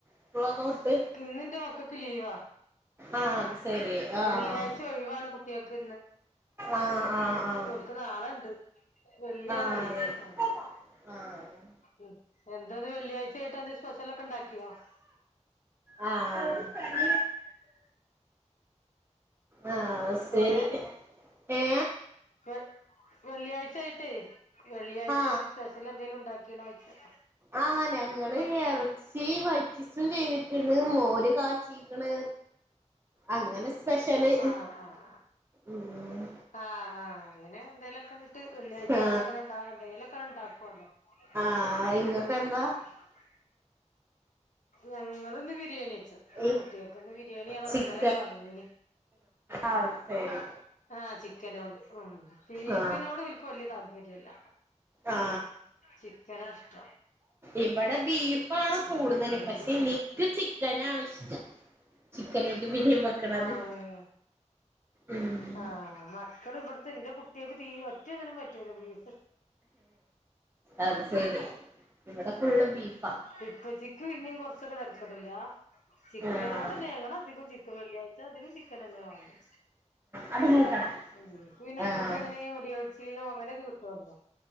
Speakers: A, on the right; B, on the left.
A: സ്കൂളൊക്കെ വിട്ട്
B: ഇന്നെന്റെ മക്കക്ക് ലീവാ
A: ആഹ് അത് ശരി ആഹ്
B: വെള്ളിയാഴ്ച ഒഴിവാണ് കുട്ടികൾക്ക്
A: ആഹ് ആഹ് ആഹ്
B: ക്ക് നാളേയുണ്ട് വെള്ളിയാണ്
A: ആഹ്
B: ഒഴിവ്
A: അതെ
B: ആ
A: ആഹ്
B: ഉം എന്താത് വെള്ളിയാഴ്ച ആയിട്ടന്ത് സ്പെഷ്യല ഒക്കെ ഉണ്ടാക്കിയാ
A: ആഹ് ആഹ് ആ ശരി
B: ഏ
A: ഏ
B: വെ വെള്ളിയാഴ്ചായിട്ട് വെള്ളിയാഴ്ചായിട്ട്
A: ആ
B: സ്പ ഷ്യൽ എന്തെങ്കിലും ഉണ്ടാക്കിയണോ വെക്കും
A: ആഹ് ഞങ്ങള് ഇറച്ചി വറ്റിച്ചും ചെയ്തിട്ടിണ്ട് മോര് കാച്ചി ക്ക്ണ് അങ്ങനെ സ്പെഷ്യല്
B: ആഹ് ആഹ്
A: ഉം
B: ആഹ് ആഹ് ഹ അങ്ങനെ എന്തേലൊക്കെ ട്ട് വെള്ളിയാഴ്ചക്മ്പൊ
A: ആ
B: അങ്ങനെണ്ട എന്തേലുംക്കെണ്ടാക്കോലോ അടിച്ച്
A: ആ
B: കേറും
A: ഇങ്ങക്ക്
B: പ്രതിക്ഷ
A: എന്താ
B: മോശവാൻ പാടില്ല ഞങ്ങളിന്ന് ബിരിയാണിച്ച
A: ഏ
B: കുട്ടികക്കിന്ന്ബിരിയാണിയന്നെന്ന്
A: ചിക്കൻ
B: ഇന്നലെ പറഞ്നി
A: ആ
B: ആണ
A: ശരി
B: ആഹ് ചിക്കന കൊണ്ട് ഉം ബീഫിനോട്
A: ആ
B: വല്യ ക്ക് വല്യ താല്പര്യല്ല
A: ആ
B: ചിക്കനഷ്ടം
A: ഇവിടെ ബീഫാണ് കൂടുതൽ
B: ചിക്കനോട്
A: പക്ഷെ എനിക്ക് ചിക്കനണ് ഇഷ്ടം ചിക്കനായിട്ട് ബിരിയാണി വെക്കണത്
B: ആഹ്
A: ഉം
B: ആഹ് മക്കള് ഇവിടുത്തെ ന്റെ കുട്ടിയക്ക് തീ ഒറ്റന്നിനും പറ്റൂലോ ബീഫ
A: അത് സെരി ഇവിടെ ഫുള്ള് ബീഫാ
B: ഇപ്പൊ ച്ചിക്ക് ചിക്ക പിന്നും കൊറച്ചൊക്കെ തിരക്കട്ടില്ല ചിക്കന
A: ആഹ്
B: കൊണ്ട് നങ്ങള് അധികം ചിക്കൻ വെള്ളിയാഴ്ച ച്ചതികം ചിക്കനന്ന വങ്ങാ
A: അടങ്ങിക്കണ
B: ഓഹ് ക്ക്പിന്നെ
A: ആഹ്
B: <unintelligible> ക്കെങ്ങനെ മുടിയൊഴിച്ചില്നോ അങ്ങനെയൊക്കെ കിട്ടോല്ലോ